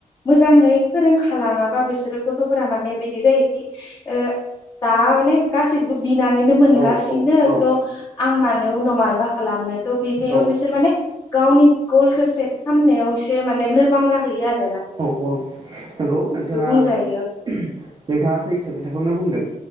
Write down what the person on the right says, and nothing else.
औ औ
औ
औ औ नंगौ नोंथाङा
नोंथाङा सैथो खोथाखौनो बुंदों।